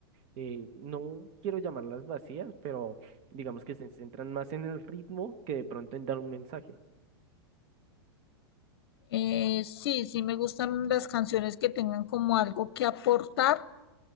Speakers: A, on the right (about 45°); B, on the left (about 65°).
A: eh, no quiero llamarlas vacías, pero digamos que se centran más en el ritmo que de pronto en dar un mensaje.
B: Eh, sí, sí, me gustan las canciones que tengan como algo que aportar